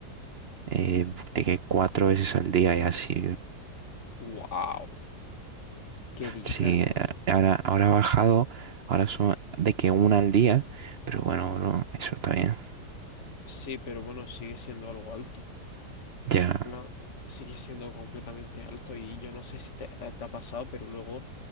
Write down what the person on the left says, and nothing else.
¡Wow! ¿Qué dice
bro?
Sí, pero bueno, sigue siendo algo alto.
En plan, sigue siendo completamente alto. Y yo no sé si te, eh, te ha pasado, pero luego